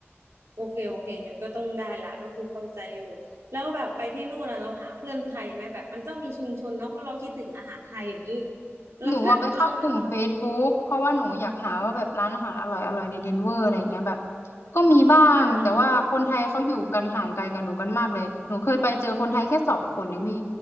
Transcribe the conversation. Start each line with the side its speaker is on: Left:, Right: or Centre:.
Right: โอเคโอเคโอเคงั้นก็ต้องได้ละก็คือเข้าใจอยู่แล้วแบบไปที่นู่นนะเราหาเพื่อนไทยไหมแบบมันต้องมีชุมชนเนาะเพราะเราคิดถึงอาหารไทยอย่างนี้เราแบบ
Left: หนูอะไปเข้ากลุ่ม
Right: <laughs> เรามันต้อง
Left: Facebook เพราะว่าหนูอยากหาว่าแบบร้านอาหารอร่อยอร่อยในเดนเวอร์อะไรเงี้ยแบบก็มีบ้างแต่ว่าคนไทยเขาอยู่กันห่างไกลกับหนูกันมากเลยหนูเคยไปเจอคนไทยแค่สองคนเองพี่
Right: อ่า